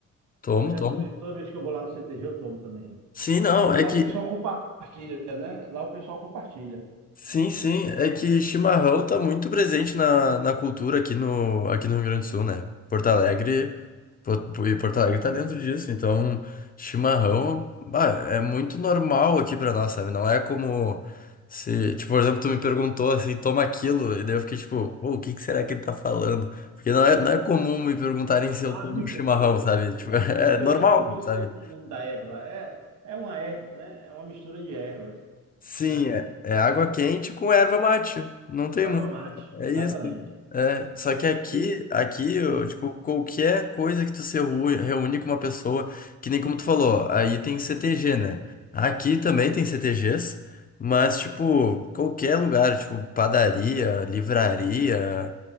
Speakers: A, on the left; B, on the right.
A: tomo,
B: Eu já
A: tomo.
B: tomei. Toda vez que eu vou lá no CTG, eu tomo também.
A: Sim, não,
B: Só que
A: é
B: lá
A: que
B: o pessoal compartilha, né? Lá o pessoal compartilha.
A: Sim, sim. É que chimarrão tá muito presente na, na cultura aqui no, aqui no Rio Grande do Sul, né? Porto Alegre, Po- e Porto Alegre tá dentro disso, então chimarrão, bah, é muito normal aqui pra nós, sabe? Não é como se, tipo, por exemplo, tu me perguntou assim, toma aquilo, e daí eu fiquei tipo, "Pô, o que que será que ele tá falando? Porque não é, não é comum me perguntarem se eu
B: Ah,
A: tomo
B: me perdoe,
A: chimarrão, sabe?
B: me perdoe.
A: Tipo, <laughs> é
B: É que
A: normal,
B: eu, ti- eu que esqueci
A: sabe?
B: o nome da erva. É, é uma erva, né? É uma mistura de ervas,
A: Sim,
B: né?
A: é, é água quente com erva mate. Não tem
B: Com erva mate,
A: É
B: exatamente.
A: isso. É, só que aqui,
B: E,
A: aqui, eu,
B: e-
A: tipo, qualquer coisa que tu se reu- reúne com uma pessoa, que nem como tu falou, aí tem CTG, né? Aqui também tem CTGs, mas, tipo, qualquer lugar, tipo, padaria, livraria,